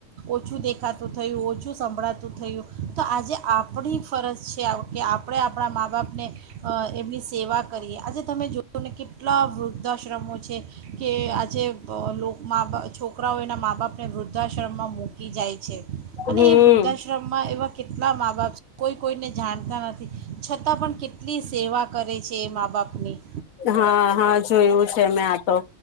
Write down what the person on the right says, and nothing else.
ઓછું દેખાતું થયું ઓછું સંભળાતું થયું. તો આજે આપણી ફરજ છે કે આપણે આપણા મા બાપને એમની સેવા કરીએ આજે તમે જોઓ ને કે કેટલા વૃદ્ધાશ્રમો છે કે આજે બા છોકરાઓ એના મા બાપને વૃદ્ધાશ્રમમાં મૂકી જાય છે અને
એ વૃદ્ધાશ્રમમાં એવા કેટલા મા બાપ કોઈ કોઈને જાણતા નથી છતાં પણ કેટલી સેવા કરે છે એ મા બાપ અને